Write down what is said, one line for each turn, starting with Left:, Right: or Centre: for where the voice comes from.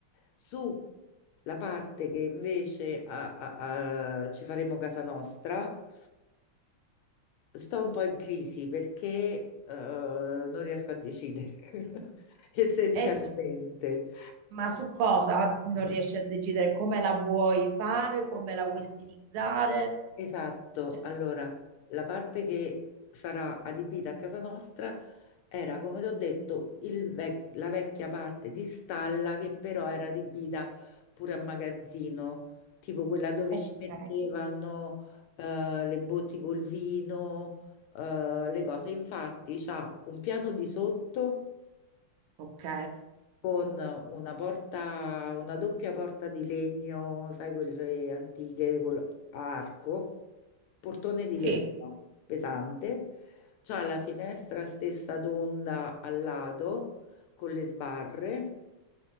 Left: Su la parte che invece a- a- a- ci faremo casa nostra, sto un po' in crisi perché eh, non riesco a decidere <laughs> essenzialmente.
Right: E su Ma su cosa non riesci a decidere? Come la vuoi fare? Come la vuoi stilizzare?
Left: Esatto,
Right: Cioè,
Left: allora la parte che sarà adibita a casa nostra era, come ti ho detto, il vec- la vecchia parte di stalla che però era adibita pure a magazzino, tipo quella dove
Right: ok,
Left: ci mettevano eh, le botti col vino, eh, le cose. Infatti c'ha un piano di sotto
Right: ok.
Left: con una porta, una doppia porta di legno, sai, quelle antiche col- a arco, portone di
Right: Sì,
Left: legno pesante, c'ha la finestra stessa tonda al lato con le sbarre